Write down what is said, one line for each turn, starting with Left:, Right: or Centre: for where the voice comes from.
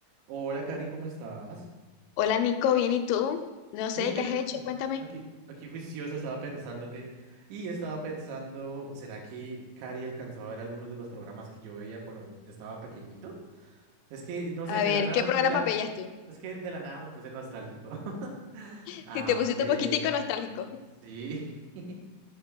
Right: Hola, Cari, ¿cómo estás?
Left: Hola Nico, bien, ¿y tú? No sé,
Right: Bien,
Left: ¿qué has hecho?
Right: a-
Left: Cuéntame.
Right: aquí, aquí juiciosa estaba pensándote y estaba pensando, ¿será que Cari alcanzó a ver algunos de los programas que yo veía cuando estaba pequeñito? Es que, no sé,
Left: A
Right: de
Left: ver,
Right: la nada,
Left: ¿qué programas
Right: de la,
Left: veías tú?
Right: es que de la nada me puse nostálgico. <laughs>
Left: <laughs>
Right: A
Left: Y te pusiste
Right: ver.
Left: un poquitico nostálgico.
Right: Sí. <laughs>